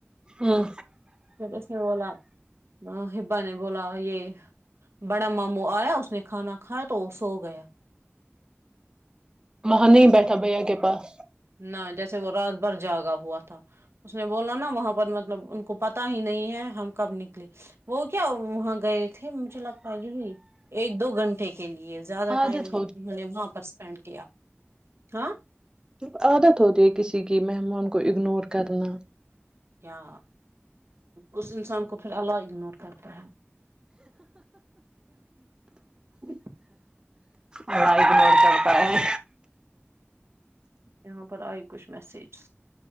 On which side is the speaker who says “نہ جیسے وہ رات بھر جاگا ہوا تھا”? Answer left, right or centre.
Right